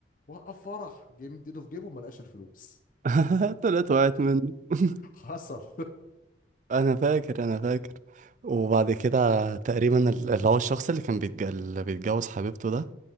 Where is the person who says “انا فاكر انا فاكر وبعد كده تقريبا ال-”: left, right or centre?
Right